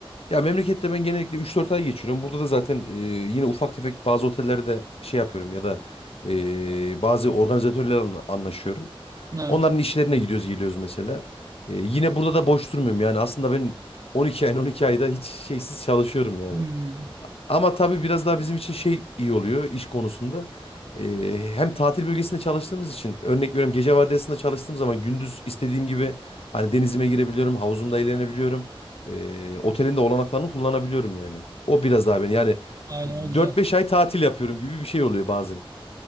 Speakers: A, on the left (about 85°); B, on the right (about 35°).
A: Ya memlekette ben genellikle üç dört ay geçiriyorum. Burada da zaten e, yine ufak tefek bazı otellerde şey yapıyorum ya da e, bazı organizatörlerle anlaşıyorum.
B: Evet.
A: Onların işlerine gidiyoruz geliyoruz mesela. E, yine burada da boş durmuyorum yani aslında ben 12 ayın 12 ayda hiç şeysiz çalışıyorum yani.
B: Hmm.
A: Ama tabii biraz daha bizim için şey iyi oluyor iş konusunda. Ee, hem tatil bölgesinde çalıştığımız için örnek veriyorum gece vardiyasında çalıştığım zaman gündüz istediğim gibi hani denizime girebiliyorum, havuzumda eğlenebiliyorum. E, otelin de olanaklarını kullanabiliyorum yani. O biraz daha beni yani
B: Aynen o güzel.
A: dört beş ay tatil yapıyorum gibi bir şey oluyor bazen.